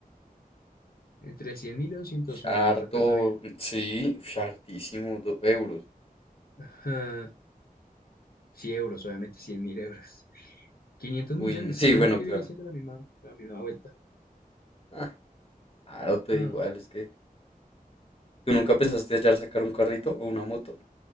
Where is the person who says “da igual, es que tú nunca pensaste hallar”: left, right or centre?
Left